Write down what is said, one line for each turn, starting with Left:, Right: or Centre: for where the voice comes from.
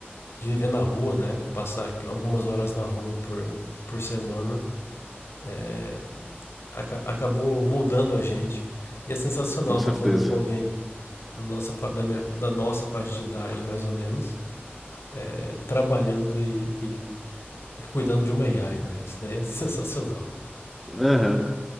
Left: de viver na rua, né? Passar algumas horas na rua por, por semana. É, aca- acabou moldando a gente. E é sensacional
Centre: com
Left: estar
Centre: certeza.
Left: falando com alguém nossa, da, minha, da nossa faixa de idade, mais ou menos, é, trabalhando e, e- e cuidando de uma AI, né? Isso daí é <laughs> sensacional.
Centre: Aham.